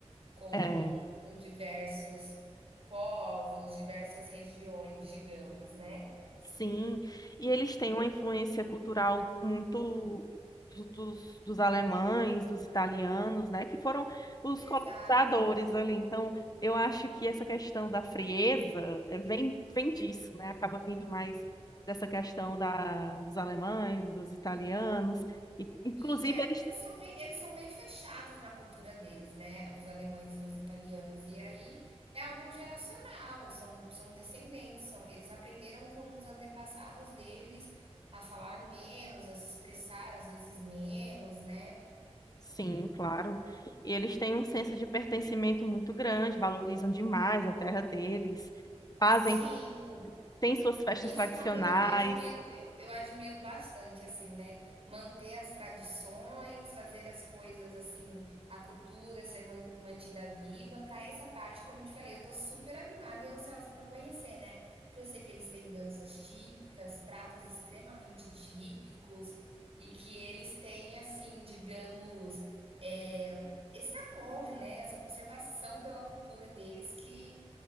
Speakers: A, on the right; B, on the left.
A: com
B: é.
A: com diversos povos, diversas regiões, digamos, né.
B: Sim, e eles têm uma influência cultural muito do- dos, dos alemães, dos italianos, né, que foram os
A: Exato.
B: colonizadores ali. Então, eu acho que essa questão da frieza eh, vem, vem disso, né, acaba vindo mais dessa questão da, dos alemães, dos italianos, e, inclusive
A: E é
B: eles,
A: porque eles são bem, eles são bem fechados na cultura deles, né? Os alemães e os italianos. E aí é algo geracional, são, são descendentes, são, eles aprenderam com os antepassados deles a falar menos, a se expressar às vezes menos, né?
B: sim, claro, e eles têm um senso de pertencimento muito grande, valorizam demais a terra deles, fazem,
A: Sim,
B: têm suas festas
A: E isso
B: tradicionais.
A: é uma coisa que eu admiro, eu, eu admiro bastante, assim, né? Manter as tradições, fazer as coisas assim, a cultura ser man- mantida viva. Para essa parte, como eu te falei, eu tô super animada e ansiosa para conhecer, né? Porque eu sei que eles têm danças típicas, pratos extremamente típicos, e que eles têm, assim, digamos, é, esse amor, né? Essa conservação pela cultura deles que